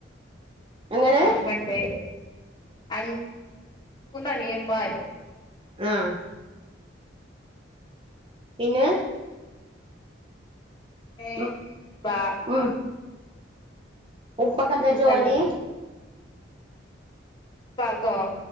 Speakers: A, on the right (about 25°); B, on the left (about 25°).
A: എങ്ങനെ
B: ഇമ്മണ്ട് അൻ മൂന്നണിയമ്മാര്
A: ആഹ് പിന്നെ?
B: ഏ
A: ഉം
B: പ മ
A: ഉം ഉപ്പക്കെന്താ ജോലി?
B: കൽ പ്പാക്കൊ?